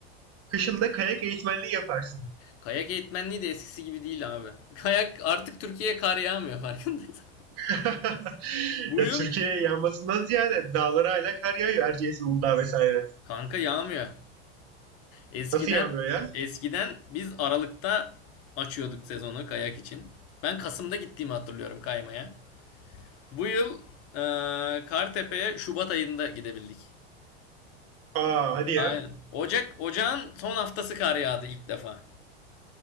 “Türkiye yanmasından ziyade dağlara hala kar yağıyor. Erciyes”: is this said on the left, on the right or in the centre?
Right